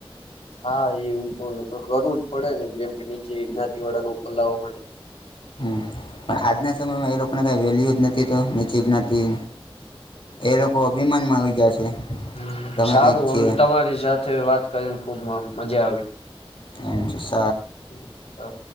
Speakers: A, on the left; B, on the left.
A: હા એવું તો કરવું જ પડે ને જેમ કે નીચે જ્ઞાતિ વાળા લોકો લાવવા માટે.
B: હમ, પણ આજના સમયમાં એ લોકોને કઈ વેલ્યુ જ નથી તો નીચું જ નથી. એ લોકો અભિમાન માં આવી ગયા છે.
A: હમ
B: તમે
A: સારું
B: કાંઈક છીએ
A: અમ તમારી સાથે વાત કરીન ખુબ મા મજા આવી.
B: આવી જશ
A: એ આ